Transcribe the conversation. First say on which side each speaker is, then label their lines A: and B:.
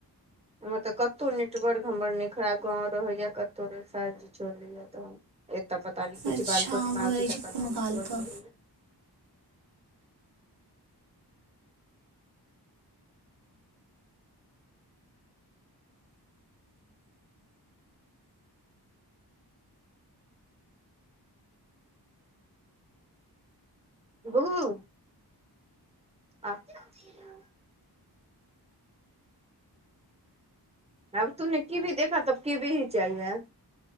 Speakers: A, on the right; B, on the right.
A: हमर तऽ कतहु नेटवर्क हमर नहि खराब गाँव रहैए कतहु रह फाइव जी चलैए तऽ एतऽ पता न की
B: अच्छा
A: बालकोनीमे
B: बोलै
A: आबैची
B: छै
A: तकर
B: कोनो
A: बाद
B: गालके
A: नेटर्क रहयै य। बू अब तूमने कीवी देखा तऽ कीवी ही चाहिएै।